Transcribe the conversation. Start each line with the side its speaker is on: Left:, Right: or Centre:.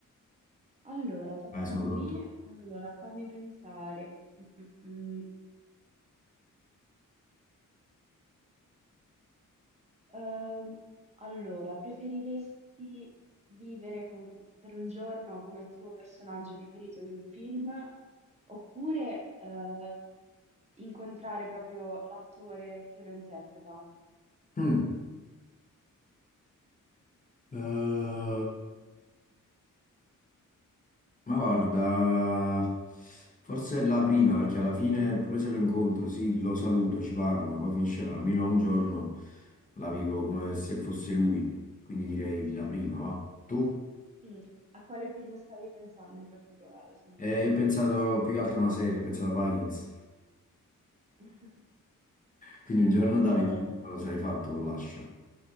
Right: Allora, tocca
Left: Vai, sono
Right: a me.
Left: pronto.
Right: Allora, fammi pensare. Mm, mm, mm. Ehm, allora, preferiresti vivere con- per un giorno come il tuo personaggio preferito di un film oppure eh, incontrare proprio l'attore che lo interpreta?
Left: Mm. Eh, ma guarda, forse è la prima perché alla fine, pure se lo incontro, sì, lo saluto, ci parlo, ma poi finisce là. Almeno un giorno la vivo come se fosse lui. Quindi direi la prima, va. Tu?
Right: Mm, A quale film stavi pensando in particolare? Sono
Left: Eh,
Right: curiosa.
Left: io ho pensato più che altro a una serie, ho pensato a Vikings.
Right: <laughs>
Left: Quindi un giorno da
Right: Ah, vabbè,
Left: Viking me lo sarei fatto con l'ascia.